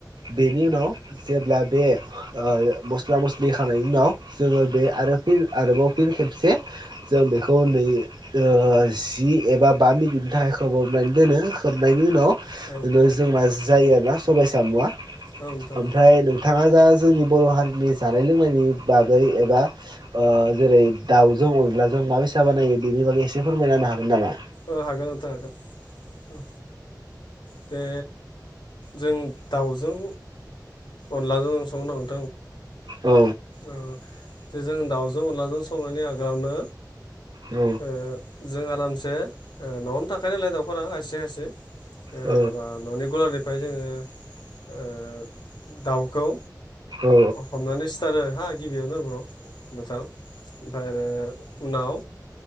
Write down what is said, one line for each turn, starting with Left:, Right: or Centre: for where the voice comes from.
Right: बेनि उनाव। जेब्ला बे ओ मस्ला मस्लि होखांनायनि उनाव जोङो बे आरो फिन आरोबाव फिन खेबसे जों बेखौ नै ओ जि एबा बा मिनिटनि थाखाय खोबाबनानै दोनो खोबनायनि उनाव। इदिनो
Left: औ
Right: जोंना जायो आरोना सबाय साम'आ
Left: औ नोंथां
Right: ओमफ्राय
Left: औ
Right: नों थाङा जा जोंनि बर' हारिनि जानाय लोंनायनि बागै एबा ओ जेरै दाउजों अनलाजों मा बायसा बानायो बेनि बागै एसे फोरमायना होनो हागोन नामा।
Left: औ हागोन नोंथां हागोन औ बे जों। दाउजों अनलाजों संनो <unintelligible>
Right: औ।
Left: अ जों दाउजों अनलाजों संनायनि आगोलावनो
Right: औ
Left: ओ। जों आरामसे ओ न'आवनो थाखायो नालाय दाउफोरा खायसे खायसे। ओ
Right: औ
Left: बा न'नि गलारनिफ्राय जोङो ओ दाउखौ।
Right: औ
Left: हमनानै सिथारो हा गिबियावनो ब्र'। नोंथां ओमफाय आरो उनाव।